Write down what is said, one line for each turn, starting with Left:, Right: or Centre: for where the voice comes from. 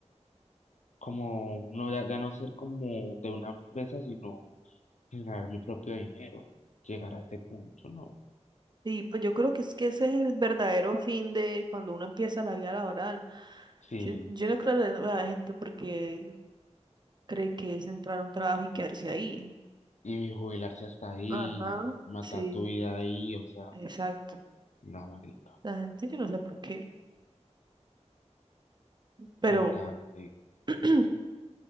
Left: Como, no, ya, ya no ser como de una empresa, sino generar mi propio dinero, llegar a ese punto, no.
Right: Sí, pues yo creo que es que ese es el verdadero fin de cuando uno empieza la vida laboral.
Left: Sí,
Right: Yo, yo no creo que la la gente porque cree que es entrar a un trabajo y quedarse ahí.
Left: y jubilarse hasta ahí,
Right: Ajá,
Left: matar
Right: sí,
Left: tu vida ahí, o sea,
Right: exacto.
Left: no, marica,
Right: La gente, yo no sé por qué, pero
Left: total. marica.
Right: <clears throat>